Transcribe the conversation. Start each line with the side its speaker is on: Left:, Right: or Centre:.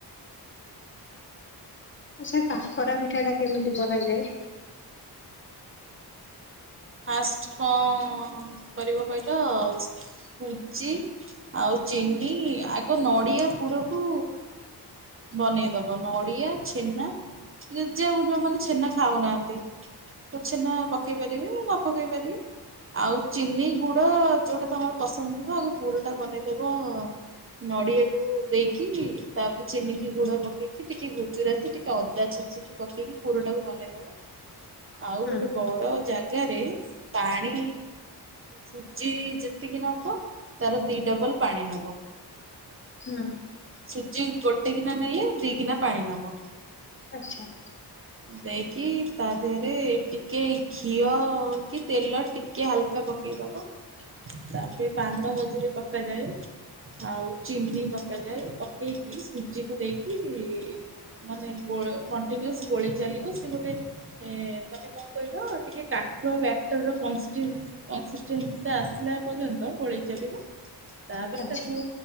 Left: ଆଛା କାକରା ପିଠା ଟା କେମିତି କରାଯାଏ?
Right: ଫାଷ୍ଟ କଣ କରିବ କହିଲ ଶୁଜିି ଆଉ ଚିନି ଆଗ ନଡିଆ ପୁରୀକୁ ବନେଇ ଦବ ନଡିଆ ଛେନା ଯେ ଯେ ଯୋଉମାନେ ଛେନା ଖାଉନାହାନ୍ତି। ତ ଛେନା ପକେଇ ପାରିବେ ନ ପକେଇ ପାରିବେ। ଆଉ ଚିନି ଗୁଡ ଯୋଉଟା ତମର ପସନ୍ଦ ଥିବ ଆଗ ପୁରୁଣା ବନେଇଦବ। ନଡିଆକୁ ଦେଇକି ତାପରେ ଚିନିକି ଗୁଡ ପକେଇକି ଟିକେ ଗୁଜୁରାତି ଟିକେ ଅଦା ଛେଚିକି ପକେଇକି ପୁରଟାକୁ ବନେଇଦବ। ଆଉ
Left: ହୁଁ
Right: ଗୋଟେ ବଡ ଜାଗାରେ ପାଣି ସୁଜି ଯେତିକି ନବ ତାର ଦିଡବଲ୍ ପାଣି ନବ।
Left: ହୁଁ
Right: ସୁଜି ଗୋଟେ ଗିନା ନେଲେ ଦି ଗିନା ପାଣି ନବ।
Left: ଆଛା।
Right: ଦେଇକି। ତା ଦେହ ରେ ଟିକେ ଘିଅ କି ତେଲ ଟିକେ ଟିକେ ହାଲକା ପକେଇଦବ ତାପରେ ପାନ ମଧୁରି ପକାଯାଏ। ଆଉ ଚିନି ପକାଯାଏ। ପକେଇକି ସୁଜି କୁ ଦେଇକି ମାନେ ଗୋ କଂଟିନୁୟୂଷ ଗୋଳେଇ ଚାଲିବସେ ଗୋଟେ ଏ ମାନେ କଣ କହିଲ। ଟିକେ କାଠୁଆ ବ୍ୟକ୍ଟର ର କଂସ୍ଟିନ। କଂସ୍ଟିନ ସି ରେ ଆସିଲା ପର୍ଯ୍ୟନ୍ତ ଗୋଳେଇ ଚାଲିବୁ। ତାପରେ
Left: ଆଚ୍ଛା
Right: ତାକୁ